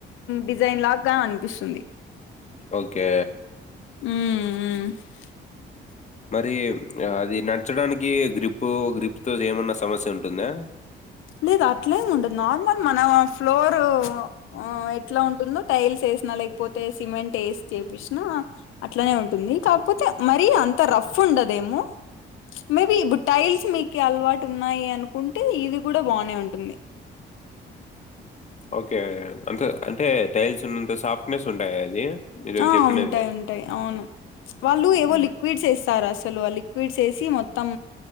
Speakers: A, on the left; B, on the left.
A: డిజైన్ లాగా అనిపిస్తుంది
B: ఓకే
A: ఉమ్ ఉమ్
B: మరి అది నచ్చడానికి గ్రిపు గ్రిప్ తో ఏమన్న సమస్య ఉం టుందా
A: లేదు అట్లేమి ఉండదు నార్మల్ మన ఫ్లోర్ ఆ ఎట్లా ఉంటుందో టైల్స్ ఏసి న లేకపోతే సిమెంట్ ఏసి చేప్పిచిన అట్లానే ఉంటుంది కాకపోతే మరి అంత రఫు ఉండేదేమో మేబి ఇప్పుడు టైల్స్ మీకీ అలవాటు ఉన్నయ్ అనుకుంటే ఇవి గూడా బానే ఉంటుంది
B: ఓకే అంతే అంటే టైల్స్ ఉన్నంత సాఫ్ట్నెస్ ఉంటాయా అది మీరు
A: ఆ
B: చెప్పినవి?
A: ఉంటాయ్ ఉంటాయ్ అవును వాళ్ళు ఏవో
B: హ్మ్.
A: లిక్విడ్స్ వేస్తారు అసలు తలో లిక్విడ్స్ వేసి మొత్తం